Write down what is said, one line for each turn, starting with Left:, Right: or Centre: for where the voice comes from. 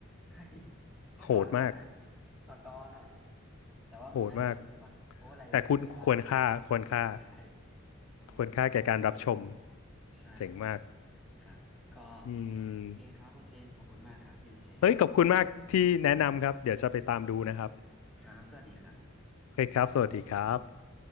Centre: ใช่ <laughs> แค่ตอนเดียวนะ
Left: โหดมาก
Centre: ต่อตอนอะแต่ว่ามันน่าก็จะคุ้มอะเพราะว่ารายรับที่มันได้มันก็
Left: โหดมากแต่คุณควรค่าควรค่า
Centre: <laughs> ใช่อืม
Left: ควรค่าแก่การรับชม
Centre: ใช่
Left: เจ๋งมาก
Centre: ครับก็
Left: อืม
Centre: โอเคครับคุณเคนขอบคุณมากครับที่มาแชร์กันวันนี้
Left: เฮ้ยขอบคุณมากที่แนะนำครับเดี๋ยวจะไปตามดูนะครับ
Centre: ครับ สวัสดีครับ
Left: โอเคครับสวัสดีครับ